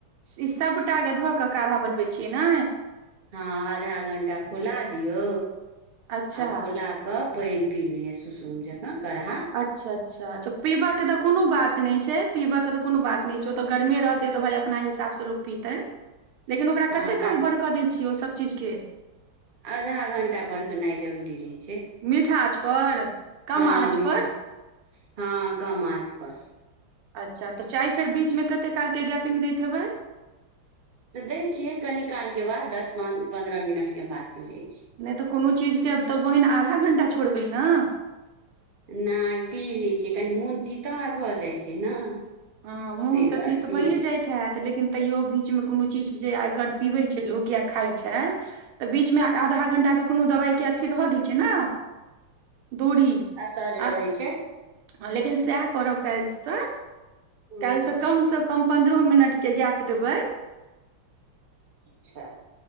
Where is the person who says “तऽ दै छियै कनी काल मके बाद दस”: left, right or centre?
Right